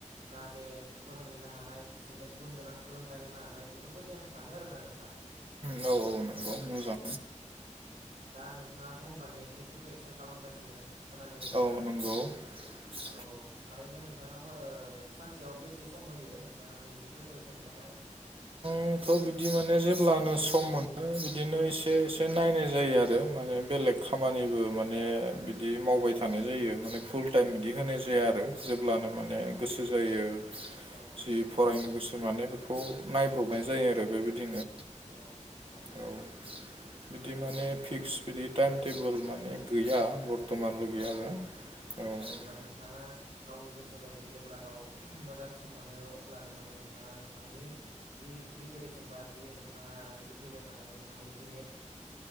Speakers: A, on the right (about 75°); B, on the right (about 45°).
A: जाहाथे फोरोंहैनो हानाय बिसोरनो गुन गोनां सोलों थाय होनो हानाय बेफोरबादि आं सानो आरोना नोंथां।
B: औ औ। औ मोजां।
A: दा नोंथाङाथ' होनबा नेटनि प्रिपेरेसन खालामगासिनो खोनानाय बादिबा
B: औ <inaudible>
A: औ थारैनो नोंथाङा सानसेयाव बेसे सम होयो नोंथाङा नोंनि प्रिपेरेसननि थाखाय?
B: थ' बिदि माने जेब्लानो सम मोनो बिदिनो एसे एसे नायनाय
A: औ
B: जायो आरो माने। बेलेग खामानिबो
A: औ
B: माने बिदि मावबाय थानाय जायो माने
A: औ
B: फुल टाइम बिदि होनाय जाया आरो। जेब्लानो माने
A: औ
B: गोसो जायो
A: औ
B: जि फरायनो गोसो माने बेखौ नाय हानाय
A: औ
B: जायो आरो बेबादिनो
A: औ औ।
B: औ बिदि
A: औ
B: माने
A: होमबा
B: फिक्स बिदि टाइम टेबोल माने
A: औ
B: गैया। बर्थमान लगै
A: औ
B: आरो
A: औ
B: औ
A: आ होनबा नोंथाङा? गावनि गोसो बायदि जेब्ला गाव मोजां सम मोनो अब्लानो माने नोंथाङा नोंथांनि जि प्रिपेरेसन बा जि नोंथाङा जि फैबाय थानाय नोंथांनि जि नेट